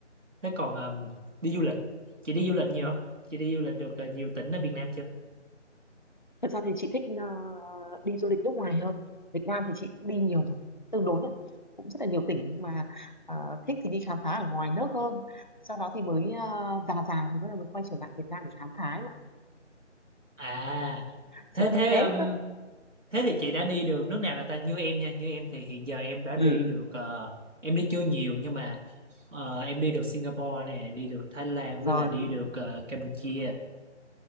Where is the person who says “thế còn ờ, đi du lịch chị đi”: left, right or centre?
Right